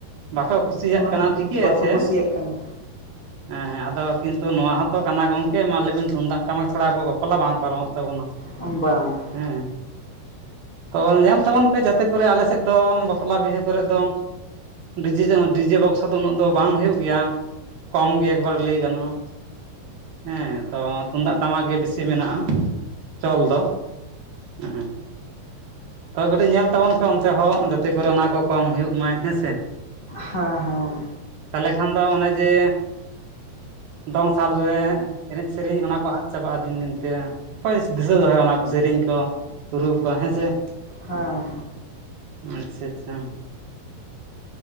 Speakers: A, on the right; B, on the left.
A: ᱵᱟᱠᱚ ᱠᱩᱥᱤᱭᱟᱜ
B: ᱩᱱᱟᱹᱜ
A: ᱠᱟᱱᱟ ᱴᱷᱤᱠ ᱴᱷᱤᱠᱮ
B: ᱵᱟᱠᱚ
A: ᱟᱪᱷᱮ
B: ᱠᱩᱥᱤᱭᱟᱜ ᱠᱟᱱᱟ
A: ᱦᱮᱸ ᱟᱫᱚ ᱠᱤᱱᱛᱩ ᱱᱚᱣᱟ ᱦᱚᱸᱛᱚ ᱠᱟᱱᱟ ᱜᱚᱝᱠᱮ ᱢᱟ ᱟᱞᱮᱵᱮᱱ ᱛᱩᱢᱫᱟᱜ ᱴᱟᱢ ᱴᱟᱢᱟᱠ ᱪᱷᱟᱲᱟ ᱟᱵᱚ ᱵᱟᱯᱞᱟ ᱵᱟᱝ ᱯᱟᱨᱚᱢᱚᱜ ᱛᱟᱵᱚᱱᱟ
B: ᱵᱟᱝ
A: ᱦᱮᱸ ᱛᱚ ᱧᱮᱞ ᱛᱟᱵᱚᱱ ᱯᱮ ᱡᱟᱛᱮ ᱠᱚᱨᱮ ᱟᱞᱮ ᱥᱮᱫ ᱫᱚ ᱵᱟᱯᱞᱟ ᱵᱤᱦᱟᱹ ᱠᱚᱨᱮ ᱫᱚ ᱰᱤᱡᱮ ᱫᱚ ᱰᱤᱡᱮ ᱵᱚᱠᱥ ᱫᱚ ᱩᱱᱟᱹᱜ ᱫᱚ ᱵᱟᱝ ᱦᱩᱭᱩᱜ ᱜᱮᱭᱟ ᱠᱚᱢ ᱜᱮ ᱮᱠᱵᱟᱨᱮ ᱞᱟᱹᱭ ᱜᱟᱱᱚᱜᱼᱟ ᱦᱮᱸ ᱛᱚ ᱛᱩᱢᱫᱟᱜ ᱴᱟᱢᱟᱠ ᱜᱮ ᱵᱤᱥᱤ ᱢᱮᱱᱟᱜᱼᱟ ᱪᱚᱞ ᱫᱚ ᱦᱮᱸ ᱛᱚ ᱠᱟᱹᱴᱤᱡ ᱧᱮᱞ ᱛᱟᱵᱚᱱ ᱯᱮ ᱚᱱᱛᱮ ᱦᱚᱸ ᱡᱟᱛᱮ ᱠᱚᱨᱮ ᱚᱱᱟ ᱠᱚ ᱠᱚᱢ ᱦᱩᱭᱩᱜ ᱢᱟᱭ ᱦᱮᱸᱥᱮ
B: ᱦᱮᱸ ᱦᱮᱸ
A: ᱛᱟᱦᱚᱞᱮ ᱠᱷᱟᱱ ᱫᱚ ᱚᱱᱮ ᱡᱮ ᱫᱚᱝ ᱥᱟᱞᱨᱮ ᱮᱱᱮᱡ ᱥᱮᱨᱮᱧ ᱚᱱᱟ ᱠᱚ ᱟᱫ ᱪᱟᱵᱟᱜᱼᱟ ᱫᱤᱱ ᱫᱤᱱᱛᱮ ᱚᱠᱚᱭ ᱫᱤᱥᱟᱹ ᱫᱚᱦᱚ ᱚᱱᱟ ᱠᱚ ᱥᱮᱨᱮᱧ ᱠᱚ ᱨᱩᱨᱩᱩᱣ ᱠᱚᱣᱟ ᱦᱮᱸ ᱥᱮᱮ
B: ᱦᱮᱸ
A: ᱟᱪᱪᱷᱟ ᱟᱪᱪᱷᱟ